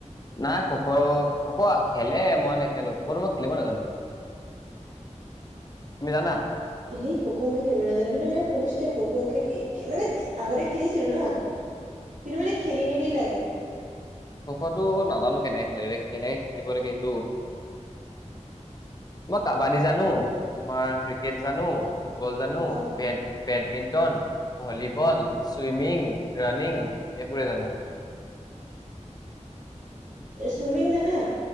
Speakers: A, on the left (about 30°); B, on the right (about 75°).
A: নাই খ- খ' খোক খেলে মই নেখেলো খোকোটো মই খেলিব নাজানো। তুমি জানা?
B: সেই খ খো মই খেলিব নাজানো কিন্তু এ শুনিছো দে খ' খেলি মানে আগতে খেলিছিলো ন। কিন্তু মানে কি খেলি মেলি লাগে।
A: খফটো নাজানো কেনেকে- কেনেকে খেলিব লাগে সেইটো। কাবাডী জানো
B: উম,
A: তোমাৰ। ক্ৰিকেট জানো। ফুটবল জানো
B: অ'
A: বেট। বেডমিণ্টন ভলীবল ছুইমিং ৰাণিং এইবোৰে জানো।
B: চুইমিং জানা।